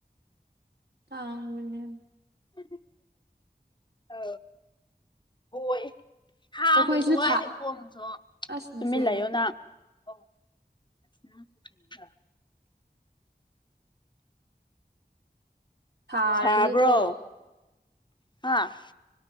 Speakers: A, on the right; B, on the left.
A: ꯇꯥꯡꯒꯅ
B: <unintelligible> ꯑ ꯣꯏ ꯍꯥꯡꯕꯔꯤꯗ
A: ꯑꯩꯈꯣꯏꯁꯨ
B: ꯋꯥꯏꯗꯦ
A: ꯊꯥ
B: ꯈꯣꯡꯨꯁꯨ
A: ꯑꯁ ꯅꯆꯦꯗꯣ
B: ꯇꯨꯃꯤꯟꯂꯌꯨꯅ ꯑꯣꯔꯤ <unintelligible>
A: ꯊꯥꯔꯗꯤꯀꯣ
B: ꯁꯕ꯭ꯔꯣ ꯍꯥ